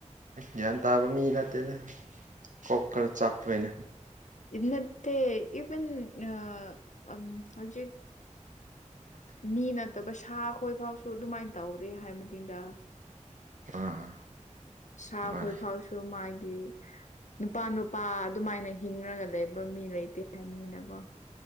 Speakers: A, on the right; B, on the left.
A: ꯒ꯭ꯌꯥꯟ ꯇꯥꯕ ꯃꯤ ꯅꯇꯦꯗ ꯀꯣꯛ ꯈꯔ ꯆꯥꯛꯇꯣꯏꯅꯦ
B: ꯏꯠꯇ ꯏꯕꯟ ꯑ ꯑ ꯍꯧꯖꯤꯠ
A: <inaudible>
B: ꯃꯤ ꯅꯠꯇꯕ ꯁꯥ ꯈꯣꯏ ꯐꯥꯎꯁꯨ ꯑꯗꯨꯃꯥꯏꯅ ꯇꯧꯗꯦ ꯍꯥꯏꯕꯗꯤꯤꯟꯗ
A: ꯑꯥ
B: ꯁꯥꯥꯛ
A: ꯃꯥꯅꯦ
B: ꯍꯣꯏ ꯐꯥꯎꯁꯨꯣ ꯃꯥꯒꯤꯦ ꯅꯨꯄꯥ ꯅꯨꯄꯥ ꯑꯗꯨꯃꯥꯏꯅ ꯍꯤꯡꯉꯒ ꯂꯩꯕ ꯃꯤ ꯂꯩꯇꯦ ꯍꯥꯏꯕꯅꯤꯅꯀꯣ